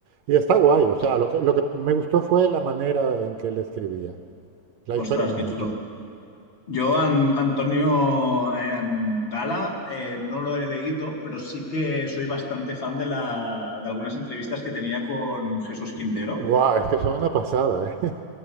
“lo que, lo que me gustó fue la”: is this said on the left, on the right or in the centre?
Right